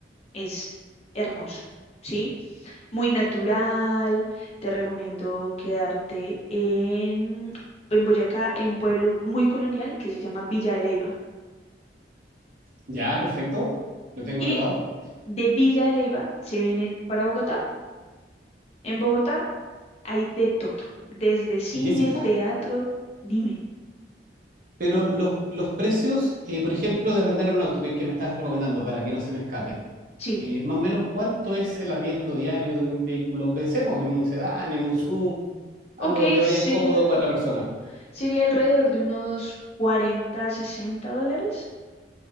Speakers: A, on the left; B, on the right.
A: es hermoso, ¿sí? Muy natural. Te recomiendo quedarte en, en Boyacá. Hay un pueblo muy colonial que se llama Villa de Leyva.
B: Ya, perfecto. Lo tengo
A: Y
B: anotado.
A: de Villa de Leyva se vienen para Bogotá. En Bogotá Hay de todo, desde cine,
B: Jessica,
A: teatro, dime.
B: pero los, los precios, eh, por ejemplo, de rentar un auto que, que me estás recomendando para que no se me escape.
A: Sí,
B: eh, más o menos cuánto es el arriendo diario de un vehículo. Pensemos en un sedán, en un sub, algo
A: ok,
B: donde vayan
A: sería,
B: cómodo cuatro personas
A: sería alrededor de unos 40, 60 dólares